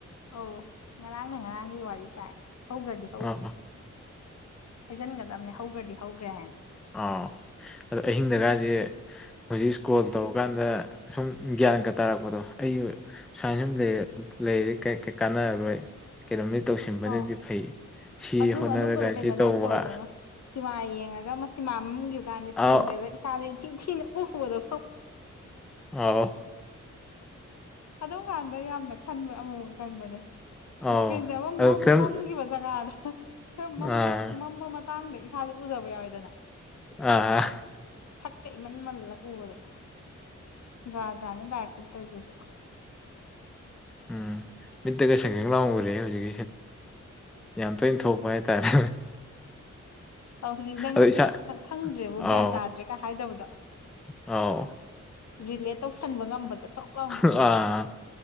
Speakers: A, on the left; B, in the centre.
A: ꯑꯣ ꯉꯔꯥꯡꯅ ꯉꯔꯥꯡꯒꯤ ꯋꯥꯔꯤ ꯀꯥꯏꯅ ꯍꯧꯈ꯭ꯔꯗꯤ ꯍꯧꯈ꯭ꯔꯦ
B: ꯑꯥ ꯑꯥ
A: ꯍꯩꯖꯤꯟꯒꯗꯕꯅꯦ ꯍꯧꯕ꯭ꯔꯗꯤ ꯍꯧꯈ꯭ꯔꯦ ꯍꯥꯏꯅ
B: ꯑꯥꯎ ꯑꯗꯣ ꯑꯍꯤꯡꯗꯀꯁꯦ ꯍꯧꯖꯤꯛ ꯏꯁꯀꯣꯜ ꯇꯧꯕ ꯀꯥꯟꯗ ꯁꯨꯝ ꯒ꯭ꯌꯥꯟꯒ ꯇꯥꯔꯛꯄꯗꯣ ꯑꯩꯁꯨ ꯁꯥꯏꯅꯁꯨꯝ ꯂꯩꯔꯦ ꯀꯥꯟꯅꯔꯔꯣꯏ ꯀꯩꯅꯣꯝꯗꯤ ꯇꯧꯁꯤꯟꯕꯅꯗꯤ
A: ꯑꯧ
B: ꯐꯩ ꯁꯤ
A: ꯑꯗꯨꯝ
B: ꯍꯣꯠꯅꯔꯒ
A: ꯑꯗꯨꯝꯕꯗꯣ ꯀꯩꯅꯣꯗ
B: ꯁꯤ ꯇꯧꯕ
A: ꯌꯥꯝ ꯇꯧꯕꯅꯦ ꯁꯤꯃꯥ ꯌꯦꯡꯉꯒ ꯑꯃ ꯁꯤꯃ ꯃꯝꯈꯤꯕ ꯀꯥꯟꯗ ꯏꯁꯀ꯭ꯔꯤꯟꯗꯒ
B: ꯑꯥꯎ
A: ꯏꯁꯥꯁꯦ ꯏꯊꯤ ꯊꯤꯅ ꯎꯕꯗꯣ
B: ꯑꯣ
A: ꯑꯗꯨꯝ ꯀꯥꯟꯗ ꯌꯥꯝꯅ ꯈꯟꯕ ꯑꯃꯨꯛ ꯑꯃꯨꯛ ꯈꯟꯕꯅꯦ
B: ꯑꯥꯎ
A: ꯏꯁꯀ꯭ꯔꯤꯟꯁꯦ ꯑꯃꯨꯛ ꯃꯝꯈꯤꯕ
B: ꯑꯗꯨ ꯐꯤꯂꯝ
A: ꯖꯒꯥꯗ ꯈꯔ
B: ꯑꯥ
A: ꯃꯝꯕ ꯃꯇꯥꯡꯗ ꯏꯁꯥꯁꯦ ꯎꯖꯕ ꯌꯥꯎꯋꯦꯗꯅ
B: ꯑꯥ
A: ꯁꯛꯀ ꯏꯃꯟꯃꯜꯂ ꯎꯕꯗꯣ ꯔꯥꯖꯥꯅꯤ ꯂꯥꯏꯄꯁꯤꯗ ꯇꯧꯔꯤꯁꯦ
B: ꯎꯝ ꯃꯤꯠꯇ ꯁꯦꯡ ꯁꯦꯡ ꯂꯥꯎꯔꯒ ꯎꯔꯦ ꯍꯧꯖꯤꯛ ꯌꯥꯝ ꯇꯣꯏꯅ ꯊꯣꯛꯄ ꯍꯥꯏꯇꯥꯔꯦ
A: ꯑꯧ ꯅꯤꯡꯁꯤꯡꯉꯨꯕꯗ
B: ꯑꯗꯣ ꯏꯁꯥ
A: ꯑꯁ ꯈꯪꯗ꯭ꯔꯦꯕ
B: ꯑꯥꯎ
A: ꯒ꯭ꯌꯥꯟ ꯇꯥꯗ꯭ꯔꯦ ꯀ ꯍꯥꯏꯗꯕꯗꯣ
B: ꯑꯥꯎ
A: ꯔꯤꯂꯦꯠ ꯇꯧꯁꯟꯕ ꯉꯝꯕꯗꯣ ꯊꯣꯛ ꯂꯥꯎꯅ
B: ꯑꯥ